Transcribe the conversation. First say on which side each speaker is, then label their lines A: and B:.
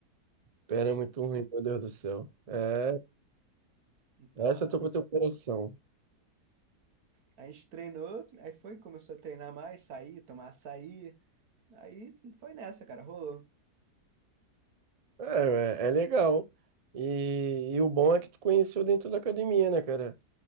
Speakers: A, on the right; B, on the right.
A: Pera
B: Aí,
A: é muito ruim, meu Deus do céu. É,
B: então,
A: essa
B: a,
A: eu tô com o teu coração.
B: a gente treinou, aí foi, começou a treinar mais, sair, tomar açaí. Aí foi nessa, cara, rolou.
A: É, é, é legal. E, e o bom é que tu conheceu dentro da academia, né, cara?